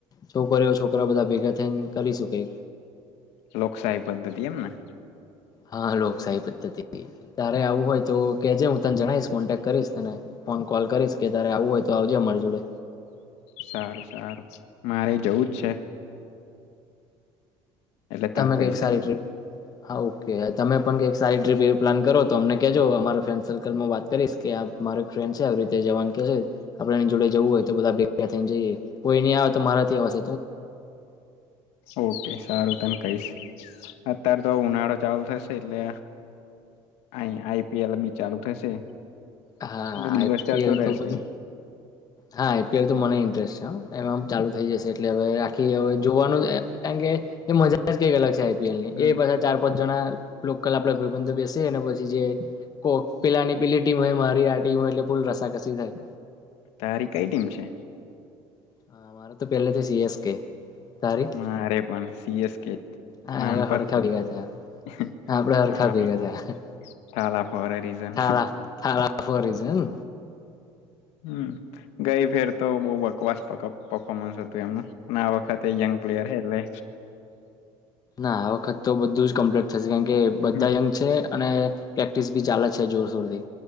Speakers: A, on the left; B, on the left.
A: છોકરીઓ છોકરા બધા ભેગા થઈને કરીશું કઇક.
B: લોકશાહી પદ્ધતિ એમને.
A: હા લોકશાહી પદ્ધ તારે આવું હોય તો કેજે હું તને જણાવશ કોન્ટેક કરીશ તને ફોન કોલ કરીશ કે તારે આવું હોય તો આવજે અમારી જોડે.
B: સારું સારું, મારે જવું જ છે. એટલે તને
A: તમે
B: કૈ
A: કંઈક
B: છે
A: સારી
B: ને.
A: ટ્રીપ હા ઓકે તમે પણ કંઈક સારી ટ્રીપ એવી પ્લાન કરો તો અમને કેજો અમારા ફ્રેન્ડ સર્કલમાં વાત કરીશ કે મારે એક ફ્રેન્ડ છે આવી રીતે જવાન કે છે. આપણે એની જોડે જવું હોય તો બધા ભેગા થઈને જઈએ. કોઈ નહી આવે તો મારાથી અવા
B: ઓકે સારું તને કઈશ અત્યારે તો ઉનાળો ચાલુ થશે એટલે આહી આઈપીએલ બી ચાલુ થશે.
A: હા
B: એટલે
A: આઈપીએલ
B: દિવસ જતો રહેશે
A: તો પણ હા આઈપીએલ તો મને ઇન્ટરેસ્ટ છે. એમાંમ ચાલુ થઈ જશે એટલે હવે આ હવે જોવાનું કારણ કે એ મજા જ કઈક અલગ છે
B: હમ
A: ની એ પાછા ચાર પાંચ જણા લોકલ આપડા ભાઈબંધ બેસે પછી જે કો પેલાની પેલી ટીમ હોય મારી આ ટીમ હોય એટલે ફૂલ રસાકસી થાય.
B: તારી કઈ ટીમ છે.
A: હ મારે તો પહેલા તો સીએસ કે તારી
B: મારે પણ સી એસ કે
A: હા
B: નાનપણથી
A: હરખા ભેગા થયા
B: હ
A: આપડે હરખા
B: હા
A: ભેગા
B: ભાઈ,
A: થયા
B: ઠાલા ફોર અ રીઝન
A: થાળા થાળા ફોર રીઝન
B: હમ. ગઈ ફેર તો બહુ બકવાસ પફોર્મન્સ હતું એમનું આ વખત યંગ પ્લેયર હે એટલે
A: ના આ વખત તો બધું જ કમ્પલેટ. અચ્છા કારણ કે બધા
B: હ
A: યંગ છે. અને પ્રેક્ટિસ બી ચાલે છે, જોરશોરથી.